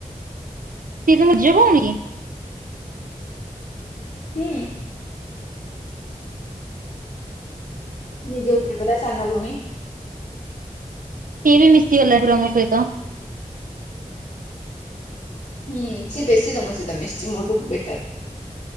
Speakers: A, on the right (about 85°); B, on the left (about 50°).
A: ସିଏ ତମ ନିଜ ଭଉଣୀ କି?
B: ହୁଁ। ନିଜେ ଉପ ପୁରା ସାନ ଭଉଣୀ।
A: ସିଏ ବି ମିଶିଗଲା ପୁରା ମୋ ସହିତ।
B: ହୁଁ, ସିଏ ବେଶୀ ତମ ସହିତ ମିଶିଛି, ମୋଠୁ ବେଟର।